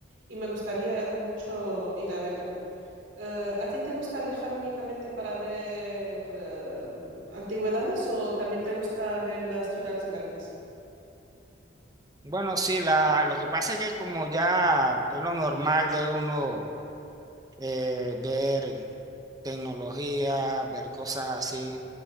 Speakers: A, on the right (about 80°); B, on the right (about 20°).
A: y me gustaría mucho ir a verla. Eh, ¿a ti te gusta viajar únicamente para ver eh, antigüedades o también te gusta ver las ciudades grandes?
B: Bueno, sí, la, lo que pasa es que como ya es lo normal de uno eh, ver tecnología, ver cosas así, o